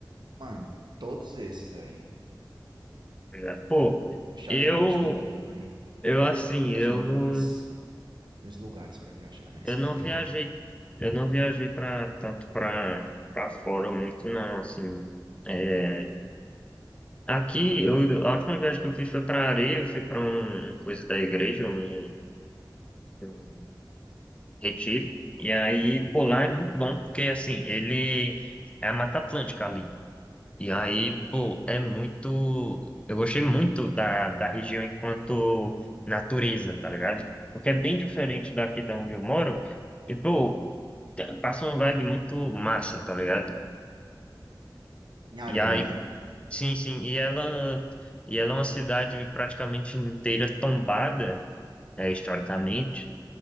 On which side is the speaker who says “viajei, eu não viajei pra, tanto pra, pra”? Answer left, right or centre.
Left